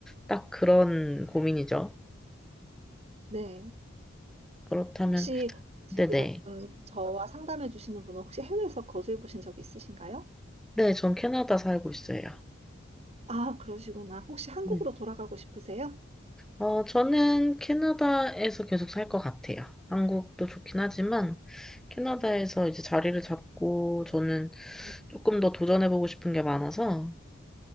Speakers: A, in the centre; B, on the right (about 30°).
A: 딱 그런 고민이죠.
B: 네.
A: 그렇다면,
B: 혹시 지금
A: 네네.
B: 저와 상담해 주시는 분은 혹시 해외에서 거주해 보신 적 있으신가요?
A: 네, 네, 전 캐나다 살고 있어요.
B: 아, 그러시구나. 혹시 한국으로
A: 음.
B: 돌아가고 싶으세요?
A: 어, 저는 캐나다에서 계속 살 것 같아요. 한국도 좋긴 하지만,
B: 아,
A: 캐나다에서
B: 네,
A: 이제 자리를 잡고, 저는
B: 네.
A: 조금 더 도전해보고 싶은 게 많아서,